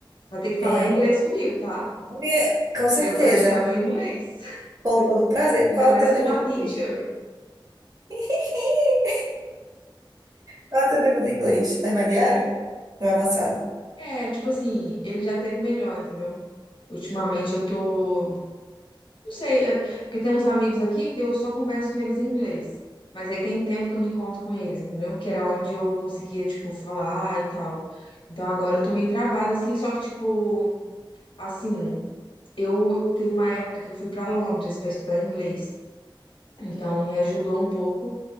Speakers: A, on the left; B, on the right.
A: Vai ter que falar
B: É,
A: inglês comigo, tá?
B: né? com certeza,
A: Pra eu praticar meu inglês.
B: com todo prazer.
A: <laughs> Ainda
B: Qual
A: mais
B: é o teu nível
A: com uma
B: de
A: teacher.
B: inglês? <laughs> Qual é o teu nível de inglês? Intermediário ou avançado?
A: É, tipo assim, ele já teve melhor, entendeu? Ultimamente eu tô Não sei, é- porque tem uns amigos aqui que eu só converso com eles em inglês. Mas aí tem tempo que eu não encontro com eles, entendeu? Que era onde eu conseguia, tipo, falar e tal. Então agora eu tô meio travada, assim, só que, tipo, assim, eu teve uma época que eu fui pra Londres pra estudar inglês. Então me ajudou um pouco